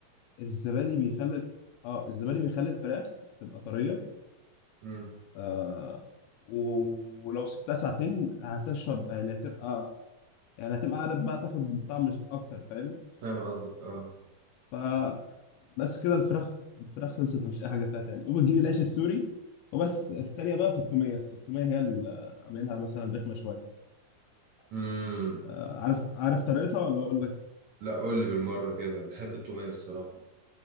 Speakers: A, on the left (about 80°); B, on the right (about 65°).
A: الزبادي بيخلي اه الزبادي بيخلي الفراخ تبقى طرية
B: امم
A: آه و- ولو سبتها ساعتين هتشرب يعني هتبقى يعني هتبقى قاعدة بقى تاخد طعم أكتر فاهم
B: فاهم قصدك أه
A: فبس كده الفراخ الفراخ خلصت مفيش أي حاجة فيها تاني وبتجيب العيش السوري وبس التانية بقى في التومية التومية هي اللي عاملينها مثلا رخمة شوية
B: امم
A: آه عارف عارف طريقتها ولا أقول لك
B: لأ قول لي بالمرة كده بحب التومية الصراحة